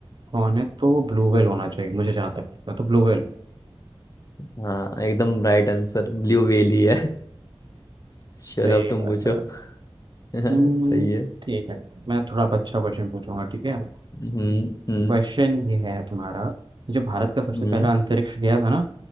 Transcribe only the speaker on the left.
हाँ एकदम राइट आंसर ब्लू वेली है <laughs> चलो
अब तुम
पूछो
<laughs> सही
है
हम्म हम्म
हम्म